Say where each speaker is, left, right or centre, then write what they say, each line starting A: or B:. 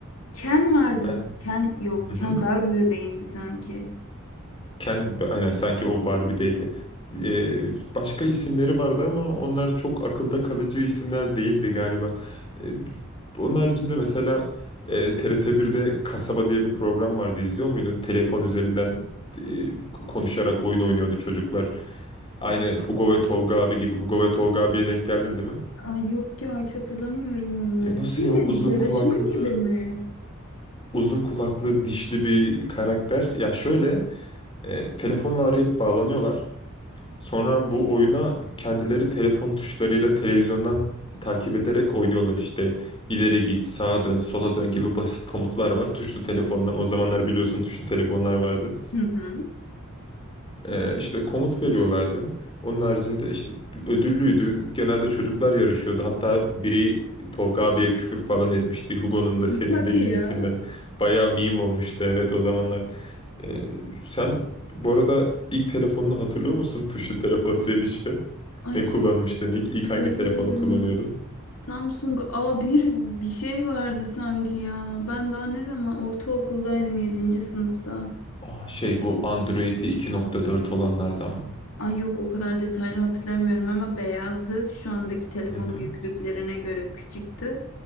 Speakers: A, on the left; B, on the left.
A: Ken vardı.
B: Ben...
A: Ken yok.
B: <laughs>
A: Ken Barbie bebeğindi sanki.
B: Kendi, aynen sanki o Barbie'deydi. Ee, başka isimleri vardı ama onlar çok akılda kalıcı isimler değildi galiba. Ee, onun haricinde mesela e, trt birde Kasaba diye bir program vardı. İzliyor muydun? Telefon üzerinden e, konuşarak oyun oynuyordu çocuklar. Aynı Hugo ve Tolga abi gibi. Hugo ve Tolga abiye denk geldin değil mi?
A: Ay yok ya hiç hatırlamıyorum onları.
B: Ya nasıl
A: Şey
B: ya
A: mi?
B: uzun
A: Yarışma
B: kulaklı
A: gibi mi?
B: uzun kulaklı dişli bir karakter. Ya şöyle e, telefonla arayıp bağlanıyorlar. Sonra bu oyuna kendileri telefon tuşlarıyla televizyondan takip ederek oynuyorlar işte. İleri git, sağa dön, sola dön gibi basit komutlar var. Tuşlu telefondan o zamanlar biliyorsun tuşlu telefonlar vardı.
A: Hı hı.
B: Ee, işte komut veriyorlardı. Onun haricinde işte ödüllüydü. Genelde çocuklar yarışıyordu. Hatta biri Tolga abiye küfür falan etmişti. Hugo'nun da senin
A: Hadi
B: de gibisinden.
A: ya.
B: Bayağı meme olmuştu evet o zamanlar. Ee, sen bu arada ilk telefonunu hatırlıyor musun tuşlu telefon <laughs> demişken?
A: Ay
B: Ne kullanmıştın ilk? İlk
A: hatırlıyorum.
B: hangi telefonu kullanıyordun?
A: Samsung a bir bir şey vardı sanki ya. Ben daha ne zaman ortaokuldaydım yedinci sınıfta.
B: Aa, şey bu Android'i iki nokta dört olanlardan mı?
A: Ay yok o kadar detaylı hatırlamıyorum ama beyazdı. Şu andaki telefon
B: Hı hı.
A: büyüklüklerine göre küçüktü.